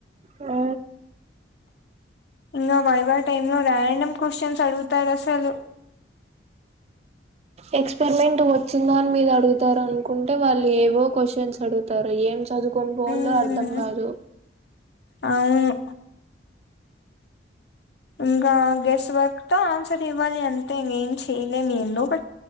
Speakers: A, on the right; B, on the left.
A: ఆ
B: ఇంగా వైవ టైమ్ లో ర్రాండమ్ క్వశ్చన్స్ అడుగుతారు అసలు
A: ఎక్స్పెరిమెంట్ వచ్చిందా అని మీద అడుగుతారు అనుకుంటే వాళ్ళు ఏవో క్వశ్చన్స్ అడుగుతారు ఏం చదువుకొని పోవాలో
B: ఉమ్
A: అర్థం కాదు
B: అవును ఇంకా గెస్ట్ వర్క్ తో ఆన్సర్ ఇవ్వాలి అంతే ఇంక ఏం చెయలేనిందు ఒక